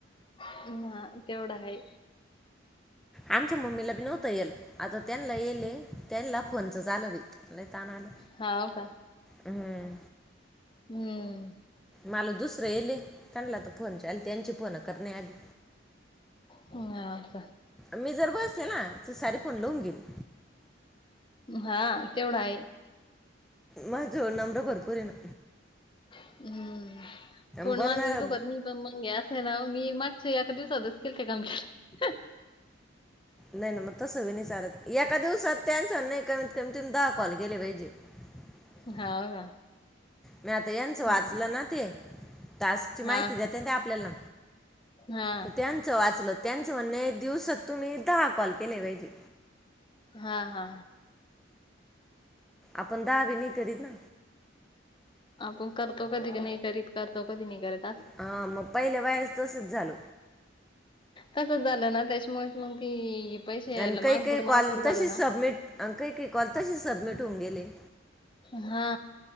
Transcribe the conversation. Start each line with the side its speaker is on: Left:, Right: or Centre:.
Left: ह ह तेवढं आहे
Centre: आमच्या मम्मीला बी नव्हतं येईल आता त्यांना येले त्यांना फोनच झा आलं बी तानालं
Left: हा हो का
Centre: हम्म.
Left: हम्म.
Centre: मला दुसरं येयेले त्यांनला त फोन चे आले त्यांची फोन करण्या आधी
Left: ह् का?
Centre: मी जर बसले ना त सारे फोन लवून घेईल.
Left: हा तेवढ आहे.
Centre: मा जोवळ नमर भरपूरे ना.
Left: हम्म तोंड
Centre: बोलणार
Left: माझंबी दुखत नाही पण मग हे असय नाओ मी मागच्या एका दिवसातच केलते कंप्लीट.
Centre: नाही ना म तसं बी नाही चालत एका दिवसात त्यानच नाही कमीत कमी तुम्ही दहा कॉल केले पाहिजे. ह <inaudible>
Left: हाव का?
Centre: मी आता यांचं
Left: हम्म
Centre: वाचलं ना ते. टास्कची माहिती
Left: हा
Centre: देत्यान
Left: हा
Centre: ते आपल्याला
Left: हा
Centre: त त्यांच वाचलं. त्यांचं म्हणये दिवसात तुम्ही दहा कॉल केले पाहिजे.
Left: हा हा.
Centre: आपण दहा बी नाही करीत ना.
Left: आपण करतो कधी नाही करीत. करतो कधी नाही करीत.
Centre: ह म पाईल्या बायाच तसच झाल.
Left: तसंच झालं ना त्याच्यामुळेच मग ती पैसे यायला
Centre: अण काही
Left: मागपुढ
Centre: काही कॉल
Left: मागपुढ झालं
Centre: तशीच
Left: ना
Centre: सबमिट. अण काही काही कॉल तशीच सबमिट होऊन गेले. <inaudible>
Left: हा.